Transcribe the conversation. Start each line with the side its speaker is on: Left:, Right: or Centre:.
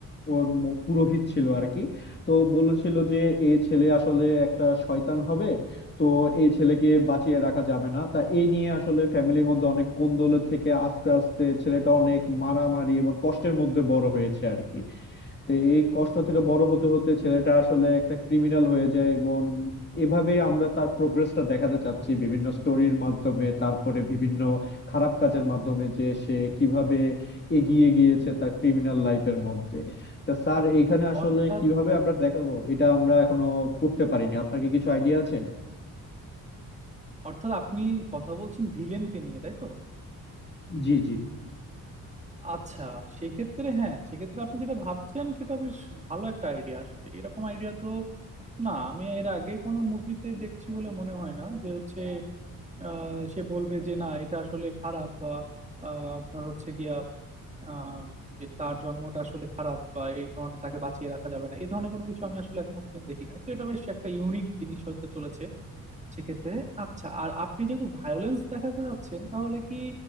Left: ও ম- পুরোহিত ছিল আর কি তো বলেছিল যে এই ছেলে আসলে একটা শয়তান হবে তো এই ছেলেকে বাঁচিয়ে রাখা যাবে না তা এই নিয়ে আসলে ফ্যামিলির মধ্যে অনেক কোন্দলের থেকে আস্তে আস্তে ছেলেটা অনেক মারামারি এবং কষ্টের মধ্যে বড় হয়েছে আর কি তো এই কষ্ট থেকে বড় হতে হতে ছেলেটা আসলে একটা ক্রিমিনাল হয়ে যায় এবং এভাবে আমরা তার প্রোগ্রেসটা দেখাতে চাচ্ছি বিভিন্ন স্টোরির মাধ্যমে তারপরে বিভিন্ন খারাপ কাজের মাধ্যমে যে সে কিভাবে এগিয়ে গিয়েছে তার ক্রিমিনাল লাইফের মধ্যে তা স্যার এখানে আসলে
Right: অর্থাৎ
Left: কিভাবে আমরা দেখাবো এটা আমরা এখনো করতে পারিনি আপনার কি কিছু আইডিয়া আছে
Right: অর্থাৎ আপনি কথা বলছেন ভিলেনকে নিয়ে তাই তো
Left: জি জি
Right: আচ্ছা সেক্ষেত্রে হ্যাঁ সেক্ষেত্রে আপনি যেটা ভাবছেন সেটা বেশ ভালো একটা আইডিয়া আসলে এরকম আইডিয়া তো না আমি এর আগে কোনো মুভিতে দেখছি বলে মনে হয় না যে হচ্ছে আহ, সে বলবে যে না এটা আসলে খারাপ বা আহ, আপনার হচ্ছে গিয়া আহ, যে তার জন্মটা আসলে খারাপ বা এই ধরনের তাকে বাঁচিয়ে রাখা যাবে না এই ধরনের কোনো কিছু আমি আসলে এখনো পর্যন্ত দেখি নাই তো এটা বেশ একটা ইউনিক জিনিস হতে চলেছে সেক্ষেত্রে আচ্ছা আর আপনি যেহেতু ভায়োলেন্স দেখাতে যাচ্ছেন তাহলে কি